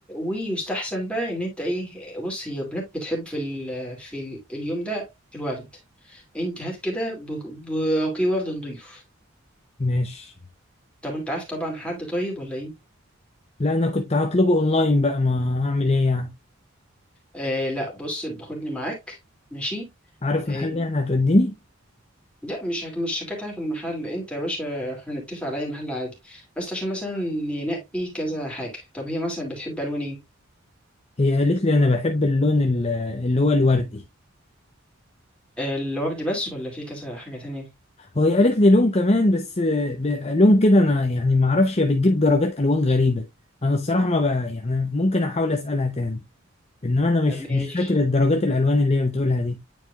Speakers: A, in the centre; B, on the left.
A: ويستحسن بقى ان انت ايه بص هي البنات بتحب في ال في ال اليوم ده الورد انت هات كده ب- برقي ورد نضيف
B: ماشي
A: طب انت عارف طبعا حد طيب ولا ايه
B: لا أنا كنت هطلبه أونلاين بقى ما هعمل إيه يعني
A: آه لا بص خدني معاك ماشي
B: عارف
A: آه
B: محل يعني هتوديني
A: لا مش هك- مش شكاتها في المحل انت يا باشا هنتفق على اي محل عادي بس عشان مثلا ننقي كذا حاجة طب هي مثلا بتحب الوان ايه
B: هي قالت لي أنا بحب اللون ال- اللي هو الوردي
A: الوردي بس ولا في كذا حاجة تانية
B: وهي قالت لي لون كمان بس ب- لون كده أنا يعني ما أعرفش هي بتجيب درجات ألوان غريبة أنا الصراحة ما بقى يعني ممكن أحاول أسألها تاني إنما أنا مش
A: ماشي
B: مش فاكر الدرجات الألوان اللي هي بتقولها دي